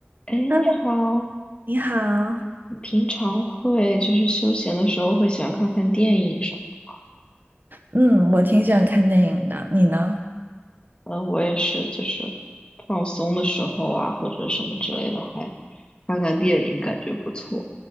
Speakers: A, on the left (about 25°); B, on the right (about 50°).
A: 哎，
B: Hello，
A: 你好，
B: 你好。
A: 你平常会就是休闲的时候会喜欢看看电影什么的吗？
B: 嗯，我挺喜欢看电影的，你呢？
A: 嗯，我也是，就是放松的时候啊，或者什么之类的，还看看电影，感觉不错。